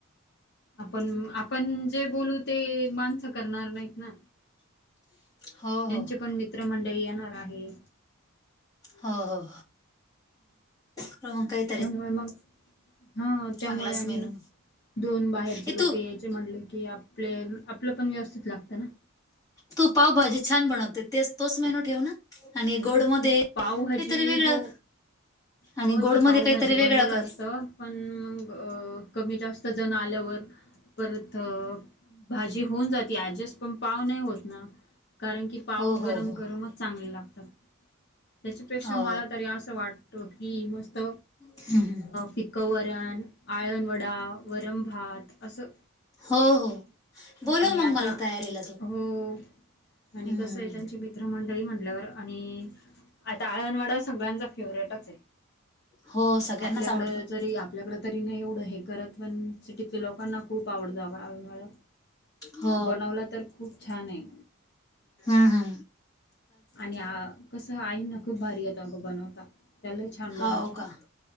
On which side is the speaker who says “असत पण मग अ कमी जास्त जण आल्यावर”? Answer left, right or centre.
Left